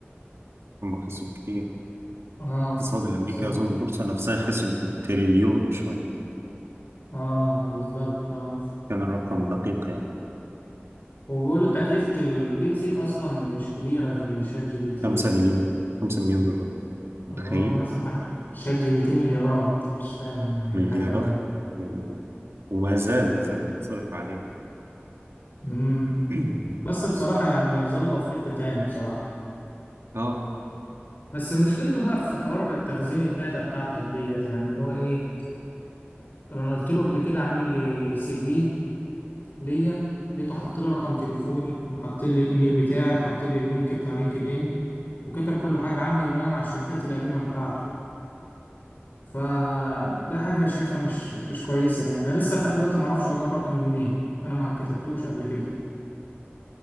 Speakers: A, on the right; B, on the left.
A: هم خسروا كتير
B: اه
A: اقتصاد الأمريكي
B: سبب
A: أظن البورصة نفسها خسرت تريليون وشوية
B: اه بالظبط اه
A: كان الرقم دقيق يعني
B: وبيقولوا تكلفة الديبسيك اصلا مش كبيرة زي شات جي بي تي
A: خمسة مليون خمسة مليون دولار متخيل
B: اه نسمع شات جي بي تي مليارات مش فاهم يعني
A: مليارات
B: حاجة
A: و- وما زال ما زال بيتصرف عليه
B: امم
A: <clears throat>
B: بس بصراحة يعني يظل في حتة تاني بصراحة
A: اه
B: بس مشكلته بقى في حوار التخزين الداتا بتاعتك ديت يعني اللي هو ايه انا قلت له قبل كده اعمل لي سي في ليا لقيته حط لي رقم تليفوني وحط لي الايميل بتاعي وحط لي اللينك بتاع لينكد ان وكتب كل حاجه عني بناء على الشركات القديمه بتاعته فده حاجه شايفها مش مش كويسه يعني انا لسه لحد دلوقتي ما اعرفش هو جاب رقمي منين انا ما كتبتوش قبل كده